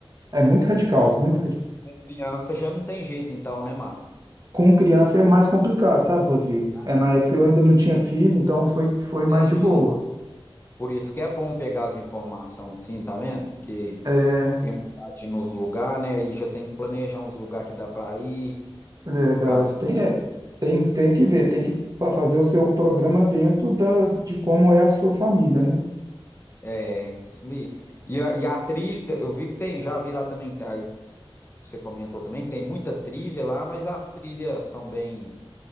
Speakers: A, on the right (about 40°); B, on the left (about 25°).
A: É muito radical,
B: Não, então,
A: muito radical.
B: com criança já não tem jeito, então, né, Márcio?
A: Com criança é mais complicado, sabe, Rodrigo?
B: Ah,
A: É,
B: não,
A: na época eu ainda não tinha filho, então foi, foi mais
B: entendi.
A: de boa.
B: Por isso que é bom pegar as informações assim, tá vendo? Porque
A: É,
B: a gente tem vontade de ir nos lugares, né? Aí já tem que planejar uns lugares que dá pra ir,
A: Verdade.
B: caso que
A: Tem,
B: eu...
A: é, tem, tem que ver, tem que fa- fazer o seu programa dentro da, de como é a sua família, né?
B: É, isso aí. E a, e a trilha, eu vi que tem, já vi lá também, tá, aí que você comentou também, tem muita trilha lá, mas as trilhas são bem,